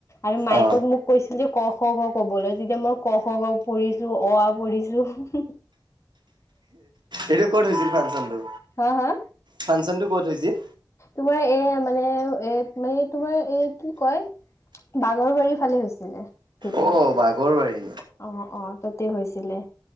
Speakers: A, on the left; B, on the right.
A: আৰু মাইকত
B: অ
A: মোক কৈছিল যে ক, খ, গ ক'বলৈ তেতিয়া মই ক খ গ ঘ পঢ়িছো অ আ পঢ়িছোঁ, হু হু হু
B: এইটো ক'ত হৈছিল ফাংচনটো
A: হা হা
B: ফাংচনটো ক'ত হৈছিল?
A: তোমাৰ এ মানে এ মানে তোমাৰ এ কি কয় বাঘৰবাৰীৰ ফালে হৈছিলে। ভিতৰত।
B: অ বাঘৰবাৰী
A: অ অ তাতে হৈছিলে